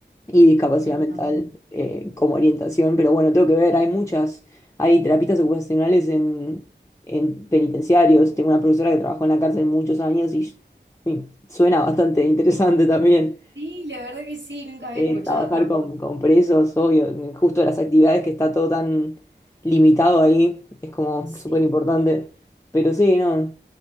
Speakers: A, on the left; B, on the right.
A: y discapacidad
B: Mm, está
A: mental
B: bueno.
A: eh, como orientación. Pero bueno, tengo que ver, hay muchas, hay terapistas ocupacionales en, en penitenciarios. Tengo una profesora que trabajó en la cárcel muchos años y, y suena bastante interesante también
B: Sí, la verdad que sí, nunca había
A: eh,
B: escuchado
A: trabajar
B: tampoco.
A: con, con presos, obvio, justo las actividades que está todo tan limitado ahí, es como súper
B: Sí.
A: importante. Pero sí, no,